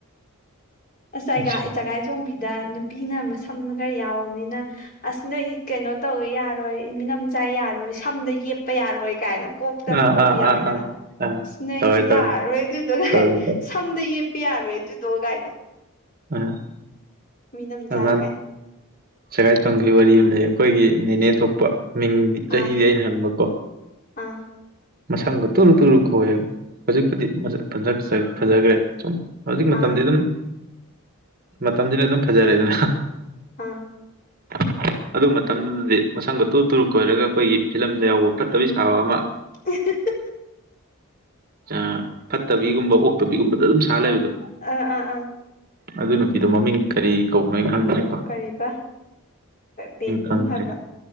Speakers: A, on the left; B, on the right.
A: ꯑꯁ
B: ꯅꯨꯡꯁꯤ
A: ꯆꯒꯥꯏ ꯆꯒꯥꯏ ꯆꯣꯡꯕꯤꯗ ꯅꯨꯄꯤꯅ ꯃꯁꯝꯅ ꯈꯔ ꯌꯥꯎꯕꯅꯤꯅ ꯑꯁ ꯅꯣꯏ ꯀꯩꯅꯣ ꯇꯧꯋꯦ ꯌꯥꯔꯣꯏ ꯃꯤꯅꯝꯆꯥꯥꯏ ꯌꯥꯔꯣꯏ ꯁꯝꯗ ꯌꯦꯛꯄ ꯌꯥꯔꯣꯏ ꯀꯥꯏꯅ ꯀꯣꯛꯇ
B: ꯑꯥ
A: ꯑꯃ ꯄꯨꯕ
B: ꯑꯥ
A: ꯌꯥꯎꯋꯤꯗꯅ
B: ꯑꯥ ꯑꯥ ꯑꯥ
A: ꯑꯁ ꯅꯣꯏ
B: ꯇꯧꯔꯦ ꯇꯧꯔꯦ
A: ꯌꯥꯔꯔꯣꯏ ꯑꯗꯨꯗꯣ
B: ꯇꯧꯔꯦ ꯇꯧꯔꯦ
A: ꯁꯝꯗ ꯌꯦꯞꯄ ꯌꯥꯔꯣꯏ ꯑꯗꯨꯗꯣ ꯀꯥꯏꯅ
B: ꯑꯥ
A: ꯃꯤꯅꯝ
B: ꯑꯗꯨ
A: ꯆꯥꯏ ꯀꯥꯏꯅ
B: ꯁꯒꯥꯏ ꯇꯣꯡꯈꯤꯕ ꯋꯥꯔꯤ ꯑꯃ ꯂꯩ ꯑꯩꯈꯣꯏꯒꯤ ꯅꯦꯅꯦ ꯊꯣꯛꯄ ꯃꯤꯡ ꯆꯍꯤꯗꯤ
A: ꯑꯥ
B: ꯑꯩꯅ ꯍꯟꯕꯀꯣ
A: ꯑꯥ
B: ꯃꯁꯝꯒ ꯇꯨꯂꯨ ꯇꯨꯂꯨ ꯈꯣꯏꯑꯕ ꯍꯧꯖꯤꯛꯄꯨꯗꯤ ꯃꯁꯛ ꯐꯖꯈ꯭ꯔꯦ ꯁꯨꯝ ꯍꯧꯖꯤꯛ ꯃꯇꯝꯗꯤ
A: ꯑꯥ
B: ꯑꯗꯨꯝ ꯃꯇꯝꯁꯤꯅ ꯑꯗꯨꯝ ꯐꯖꯔꯦꯗꯅ
A: ꯑꯥ
B: <inaudible> ꯑꯗꯨ ꯃꯇꯝꯗꯨꯗꯗꯤ ꯃꯁꯪꯒ ꯇꯨ ꯇꯨꯔꯨ ꯀꯣꯏꯔꯒ ꯑꯩꯈꯣꯏꯒꯤ ꯐꯤꯂꯝꯗ ꯌꯥꯎꯕ ꯐꯠꯇꯕꯩ ꯁꯥꯕ ꯑꯃ
A: <unintelligible>
B: ꯑꯥ ꯐꯠꯇꯕꯤꯒꯨꯝꯕ ꯑꯣꯛꯇꯕꯤꯒꯨꯝꯕꯗ ꯑꯗꯨꯝ ꯁꯥ ꯂꯩꯕꯗꯣ
A: ꯑꯥ ꯑꯥ ꯑꯥ
B: ꯑꯗꯨ ꯅꯨꯄꯤꯗꯣ ꯃꯃꯤꯡ ꯀꯔꯤ ꯀꯧꯕꯅꯣ ꯈꯪꯗ꯭ꯔꯦ
A: ꯀꯔꯤꯕ ꯕꯦꯅꯨ
B: ꯈꯪꯗ꯭ꯔꯦ
A: ꯍꯥꯏꯕ꯭ꯔꯥ